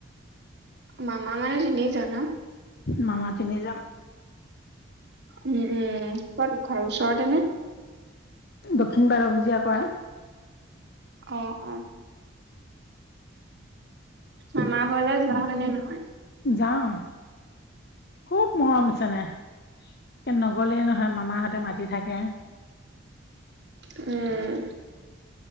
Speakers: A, on the right (about 55°); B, on the left (about 50°).
A: মামা মানে তিনি জন আও?
B: মামা তিনি জন।
A: উম উম, ক'ত ঘৰ ওচৰতে নে?
B: দক্ষিণ বাৰভোজীয়া কয়।
A: অঁ অঁ। মামাৰ ঘৰলে যোৱা হয় নে নহয়?
B: যাওঁ। খুব মৰম চনেহ। নগ'লেই নহয় মামাহঁতে মাতি থাকে।
A: উমম।